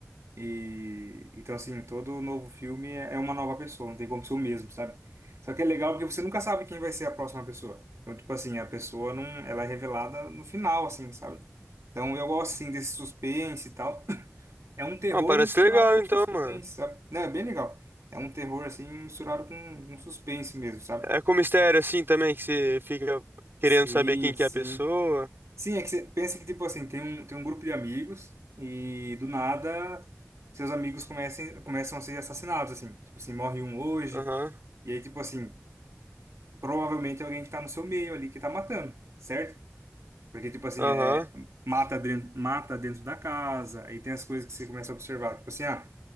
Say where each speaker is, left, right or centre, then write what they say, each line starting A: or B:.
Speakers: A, on the right; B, on the right.
A: E, então, assim, todo novo filme é é uma nova pessoa, não tem como ser o mesmo, sabe? Só que é legal porque você nunca sabe quem vai ser a próxima pessoa. Então, tipo assim, a pessoa não, ela é revelada no final, assim, sabe? Então, eu gosto, assim, desse suspense e tal. É um terror
B: Ah, parece
A: misturado
B: legal
A: com
B: então,
A: suspense,
B: mano.
A: sabe? Não, é bem legal. É um terror, assim, misturado com um suspense mesmo, sabe?
B: É com mistério assim também, que você fica querendo
A: Sim,
B: saber quem que
A: sim.
B: é a pessoa.
A: Sim, é que você pensa que, tipo assim, tem um, tem um grupo de amigos e, do nada, seus amigos comecem, começam a ser assassinados, assim. Tipo assim, morre um hoje.
B: Aham,
A: E aí, tipo assim, provavelmente é alguém que tá no seu meio ali que tá matando, certo? Porque, tipo assim,
B: aham.
A: é, mata, dren- mata dentro da casa. Aí tem as coisas que você começa a observar. Tipo assim, ah...